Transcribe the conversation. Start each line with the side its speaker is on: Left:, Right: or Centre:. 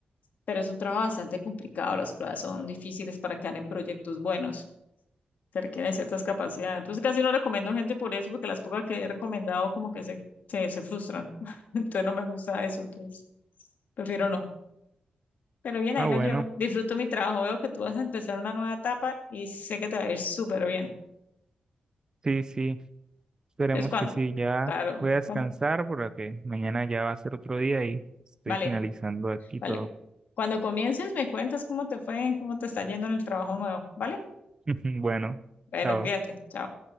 Left: pero es un trabajo bastante complicado, las pruebas son difíciles para quedar en proyectos buenos, se requieren ciertas capacidades. Entonces casi no recomiendo gente por eso, porque las pocas que he recomendado como que se, se, se frustran. <laughs> Entonces no me gusta eso, entonces prefiero no. Pero bien, ahí
Right: ah,
Left: la
Right: bueno,
Left: llevo. Disfruto mi trabajo, veo que tú vas a empezar una nueva etapa y sé que te va a ir súper bien.
Right: sí, sí. Esperemos
Left: Es cuando,
Right: que sí, ya
Left: claro,
Right: voy a descansar
Left: cuan-
Right: porque mañana ya va a ser otro día y estoy
Left: vale,
Right: finalizando aquí
Left: vale.
Right: todo.
Left: Cuando comiences me cuentas cómo te fue, cómo te está yendo en el trabajo nuevo, ¿vale?
Right: <laughs> Bueno,
Left: Bueno,
Right: chao.
Left: cuídate, chao.